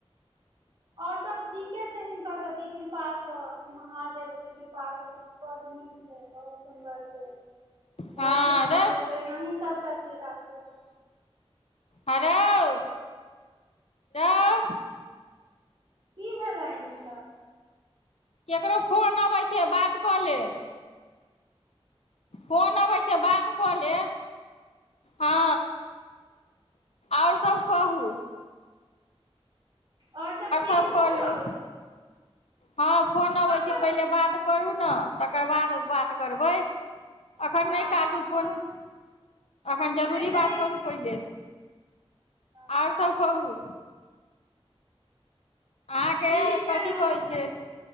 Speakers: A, on the right; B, on the left.
A: आओर सभ ठीके छै हिनकर सभके कृपासँ महादेवके कृपासँ बड नीक छै बहुत सुन्दर छै
B: हँ
A: हो छै महादेवके
B: रे
A: एनाही सब खुशी राखू
B: हेरउ रउ
A: की भलेन हिनका
B: ककरो फोन अबै छै बात कऽ ले फोन अबै छै बात कऽ ले हँ आओर सभ कहू
A: आओर सभ ठीक
B: सब
A: छै
B: कहलू
A: फोन अबै छै
B: हँ फोन अबैत
A: ककर
B: छै पहिले बात करू ने तकर बाद बात करबै एखन
A: हँ
B: नहि काटू
A: हँ कोन
B: फोन एखन जरूरी
A: नहि नहि
B: बात
A: नहि
B: करू पहिले
A: हँ
B: आओर सब कहू अहाँके
A: ठीक छनि
B: कथी कहै छै